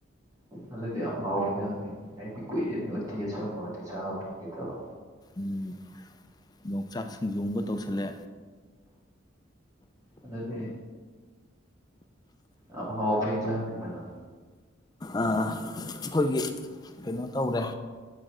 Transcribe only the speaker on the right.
ꯑꯗꯨꯗꯤ ꯌꯥꯝ ꯍꯥꯎꯋꯦ ꯌꯥꯪꯅꯤꯅꯤ ꯑꯩꯗꯤ ꯀꯨꯏꯔꯦꯅꯤ ꯎꯊꯤ ꯑ ꯆꯪꯕꯒꯗꯤ ꯗꯕ
ꯑꯗꯨꯗꯤ ꯌꯥꯝ ꯍꯥꯎꯕ ꯏꯟꯖꯥꯡꯅꯤꯗꯅ